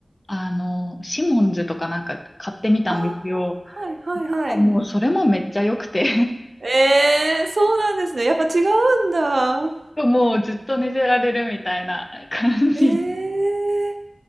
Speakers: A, on the left; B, on the right.
A: あの、シモンズとかなんか買ってみたんですよ。
B: ああ、はいはいはい。
A: もう、それもめっちゃ良くて
B: ええ、そうなんですね。やっぱ違うんだ。
A: <laughs> もうずっと寝てられるみたいな感じ。
B: ええ。